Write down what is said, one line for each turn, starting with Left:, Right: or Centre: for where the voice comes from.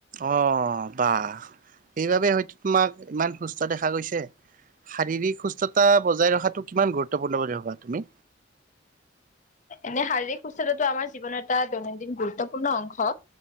Right: অ বাহ সেইবাবে হয়তো তোমাক ইমান সুস্থ দেখা গৈছে শাৰীৰিক সুস্থতা বজাই ৰখাটো কিমান গুৰুত্বপূৰ্ণ বুলি ভাবা তুমি?
Left: এনে শাৰীৰিক সুস্থতাটো আমাৰ জীৱনৰ এটা দৈনন্দিন গুৰুত্বপূৰ্ণ অংশ।